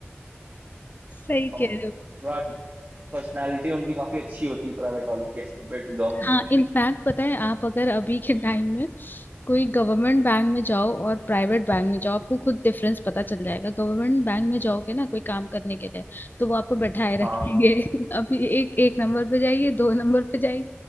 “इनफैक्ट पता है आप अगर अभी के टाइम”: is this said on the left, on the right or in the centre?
Left